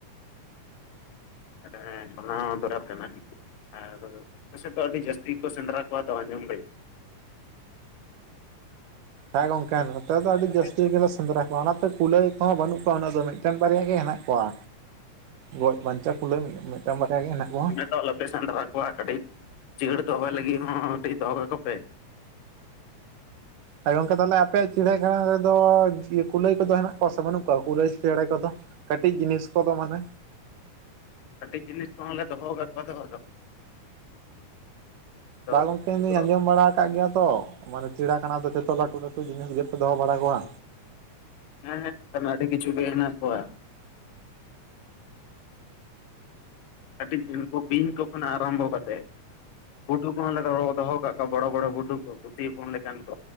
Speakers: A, on the left (about 85°); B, on the right (about 80°).
A: ᱦᱮᱸ ᱚᱱᱟ ᱫᱚᱨᱠᱟᱨ ᱠᱟᱱᱟ ᱟᱨ ᱟᱯᱮᱥᱮᱫ ᱫᱚ ᱟᱹᱰᱤ ᱡᱟᱹᱥᱛᱤ ᱠᱚ ᱥᱮᱸᱫᱽᱨᱟ ᱠᱚᱣᱟ ᱛᱚ ᱟᱸᱡᱚᱢ ᱫᱟᱹᱧ
B: ᱦᱮᱸ ᱜᱚᱝᱠᱮ ᱦᱮᱸ ᱱᱚᱛᱮ ᱫᱚ ᱟᱹᱰᱤ
A: ᱟᱪᱪᱷᱟ
B: ᱡᱟᱹᱥᱛᱤ ᱜᱮᱞᱮ ᱥᱮᱸᱫᱽᱨᱟ ᱠᱚᱣᱟ ᱚᱱᱟᱛᱮ ᱠᱩᱞᱟᱹᱭ ᱠᱚᱦᱚᱸ ᱵᱟᱹᱱᱩᱜ ᱠᱚᱣᱟ ᱩᱱᱟᱹᱜ ᱫᱚ ᱢᱤᱫᱴᱮᱱ ᱵᱟᱨᱭᱟ ᱜᱮ ᱦᱮᱱᱟᱜ ᱠᱚᱣᱟ ᱜᱚᱡ ᱵᱟᱧᱪᱟᱣ ᱠᱩᱞᱟᱹᱭ ᱢᱤᱫᱴᱮᱱ ᱵᱟᱨᱭᱟ ᱜᱮ ᱦᱮᱱᱟᱜ ᱠᱚᱣᱟ
A: ᱟᱫᱚ ᱟᱞᱚᱯᱮ ᱥᱮᱱᱫᱽᱨᱟ ᱠᱚᱣᱟ ᱠᱟᱹᱴᱤᱡ ᱡᱟᱹᱲ ᱫᱚᱦᱚᱭ ᱞᱟᱹᱜᱤᱫ ᱦᱚᱸ ᱠᱟᱹᱴᱤᱡ ᱫᱚᱦᱚ ᱠᱟᱠᱚ ᱯᱮ
B: ᱦᱮᱸ ᱜᱚᱝᱠᱮ ᱛᱟᱦᱞᱮ ᱟᱯᱮᱭᱟᱜ ᱪᱤᱬᱟᱹᱠᱷᱟᱱᱟ ᱨᱮᱫᱚ ᱠᱩᱞᱟᱹᱭ ᱠᱚᱫᱚ ᱦᱮᱱᱟᱜ ᱠᱚᱣᱟ ᱥᱮ ᱵᱟᱹᱱᱩᱜ ᱠᱚᱣᱟ ᱠᱩᱞᱟᱹᱭ ᱪᱮᱬᱮ ᱠᱚᱫᱚ ᱠᱟᱹᱴᱤᱡ ᱡᱤᱱᱤᱥ ᱠᱚᱫᱚ ᱢᱟᱱᱮ
A: ᱠᱟᱹᱴᱤᱡ ᱡᱤᱱᱤᱥ ᱠᱚᱦᱚᱸ ᱞᱮ ᱫᱚᱦᱚ ᱠᱟᱫ ᱠᱚᱣᱟ ᱫᱚᱦᱚ ᱫᱚ ᱟᱫᱚ
B: ᱵᱟ
A: ᱩᱱᱠᱩ
B: ᱜᱚᱝᱠᱮ ᱤᱧ ᱫᱩᱧ
A: ᱫᱚ
B: ᱟᱸᱡᱚᱢ ᱵᱟᱲᱟ ᱠᱟᱜ ᱜᱮᱭᱟ, ᱛᱚ ᱢᱟᱱᱮ ᱪᱤᱲᱟᱠᱷᱟᱱᱟ ᱫᱚ ᱡᱚᱛᱚ ᱞᱟᱹᱴᱩ ᱞᱟᱹᱴᱩ ᱡᱤᱱᱤᱥ ᱜᱮᱯᱮ ᱫᱚᱦᱚ ᱵᱟᱲᱟ ᱠᱚᱣᱟ᱾
A: ᱦᱮᱸ ᱦᱮᱸ <unintelligible> ᱟᱹᱰᱤ ᱠᱤᱪᱷᱩ ᱜᱮ ᱦᱮᱱᱟᱜ ᱠᱚᱣᱟ᱾ ᱠᱟᱹᱴᱤᱡ <inaudible> ᱱᱩᱠᱩ ᱵᱸᱤᱧ ᱠᱚ ᱠᱷᱚᱱᱟᱜ ᱟᱨᱟᱢᱵᱚ ᱠᱟᱛᱮ᱾ ᱜᱩᱰᱩ ᱠᱚᱦᱚᱸᱞᱮ ᱫᱚᱦᱚ ᱫᱚᱦᱚᱣ ᱠᱟᱜ ᱠᱚᱣᱟ ᱵᱚᱲᱚ ᱵᱚᱲᱚ ᱜᱩᱰᱩ ᱠᱚ ᱯᱩᱴᱷᱤ ᱦᱚᱯᱚᱱ ᱞᱮᱠᱟᱱ ᱠᱚ᱾